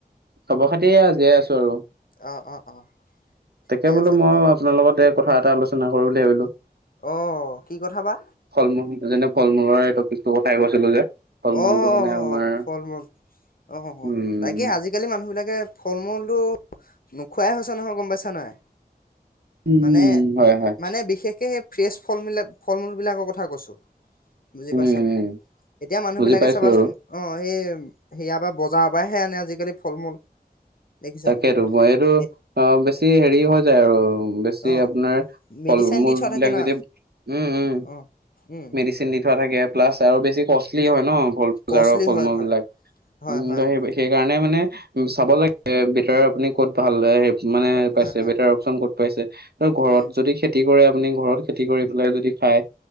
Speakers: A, on the right; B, on the left.
A: খবৰ-খাতি এইয়া জীয়াই আছো আৰু।
B: অ', অ', অ', ঠিকে
A: তাকে বোলো
B: আছে
A: মই
B: তেতিয়া।
A: আপোনাৰ লগতে ক থা এটা আলোচনা কৰো বুলি ভাবিলো।
B: অ' কি কথা বা?
A: ফল-মূল যেনে ফল-মূলৰ এটোক <unintelligible> যে, ফল মূলটো
B: অ',
A: মানে আমাৰ,
B: ফল মূল অ',
A: উম'
B: তাকে আজি-কালি মানুহবিলাকে ফল-মূলতো নোখোৱাই হৈছে নহয় গম পাইছা নাই?
A: উম
B: মানে,
A: হয় হয়
B: মানে বিশেষকে সেই ফ্ৰেছ ফল মিলাক ফল-মূলবিলাকৰ কথা কৈছোঁ। বুজি
A: উম
B: পাইছা নাই?
A: উম
B: এতিয়া মানুহ
A: বুজি
B: বিলাকে
A: পাইছো
B: চাবাচোন-
A: আৰু
B: অঁ হেই, সেয়াৰ পৰা বজাৰৰ পৰাহে আনে আজিকালি ফল মূল। দেখিছা
A: তাকেইতো
B: নাই
A: মই এইটো
B: এ
A: অ' বেছি হেৰি হৈ যায় আৰু বেছি
B: অ
A: আপোনাৰ
B: মেডিচাইন
A: কল-মূল
B: দি থোৱা থাকে
A: বিলাক
B: না
A: যদি, উম-উম,
B: অ উম
A: মেডিচিন দি থোৱা থাকে ইয়াত প্লাচ আৰু বেছি কষ্টলি হয় ন' ফল বজাৰৰ
B: কষ্টলি
A: ফল-মূল
B: হয় হয়
A: বিলাক।
B: হয়
A: উম'
B: হয়
A: ত সেই সেইকাৰণে মানে চাব লাগে বেকাৰ আপুনি ক'ত ভাল হে মানে পাইছে
B: হয় হয়
A: বেটাৰ অপচন ক'ত পাইছে, নহ ঘৰত
B: উম
A: যদি খেতি কৰে আপুনি ঘৰত খেতি কৰি পেলাই যদি খাই,